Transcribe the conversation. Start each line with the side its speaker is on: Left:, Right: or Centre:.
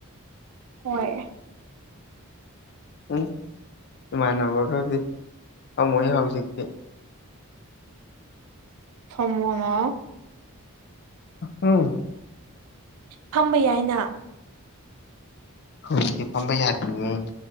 Right: ꯍꯣꯏ
Left: ꯎꯝ ꯏꯃꯥꯟꯅꯕꯒꯗꯤ ꯐꯝꯃꯣꯏ ꯍꯧꯖꯤꯛꯇꯤ
Right: ꯐꯝꯃꯣꯅ
Left: ꯎꯝ
Right: ꯐꯝꯕ ꯌꯥꯏꯅ
Left: ꯍꯧꯖꯤꯛꯇꯤ ꯐꯝꯕ ꯌꯥꯗꯤꯌꯦ